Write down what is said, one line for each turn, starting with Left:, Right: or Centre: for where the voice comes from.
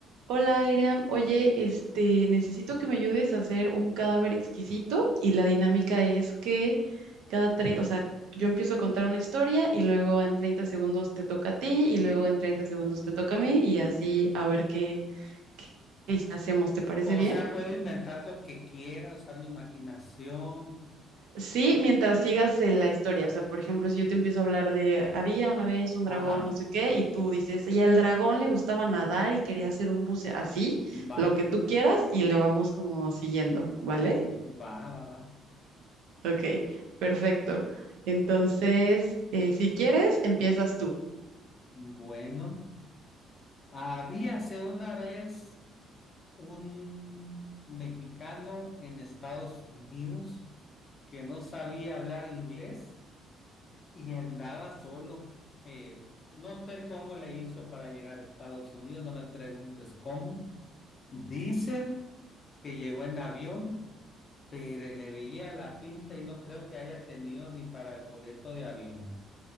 Right: Hola, Iram. Oye, este, necesito que me ayudes a hacer un cadáver exquisito y la dinámica es que cada tre- o sea, yo empiezo a contar una historia y luego en 30 segundos te toca a ti y luego en 30 segundos me toca a mí y así a ver qué, qué hacemos. ¿Te parece
Left: O
Right: bien?
Left: sea, puedo inventar lo que quiera, usar mi imaginación.
Right: Sí, mientras sigas eh, la historia, o sea, por ejemplo, si yo te empiezo a hablar de había una vez un
Left: Ajá,
Right: dragón, no sé qué, y tú dices, y al dragón le gustaba nadar y quería hacer un buceo así,
Left: va,
Right: lo que tú quieras y lo vamos como siguiendo, ¿vale?
Left: va, va, va.
Right: Ok, perfecto. Entonces, eh, si quieres, empiezas tú.
Left: Bueno, habíase una vez un mexicano en Estados Unidos que no sabía hablar inglés y andaba solo. Eh, no sé cómo le hizo para llegar a Estados Unidos, no me preguntes cómo. Dicen que llegó en avión pero le veía la pinta y no creo que haya tenido ni para el boleto de avión.